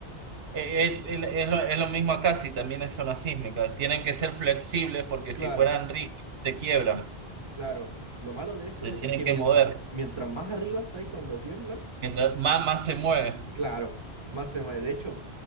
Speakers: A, on the right; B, on the right.
A: Eh, eh, el- Es, lo, es lo mismo acá, si también es zona sísmica. Tienen que ser flexibles porque
B: Claro,
A: si fueran rígidos se quiebran,
B: claro. Lo malo de eso
A: se tienen
B: es que
A: que
B: mientras,
A: mover.
B: mientras más arriba estáis cuando tiembla,
A: Mientras más, más se mueven.
B: claro, más se mueve. De hecho,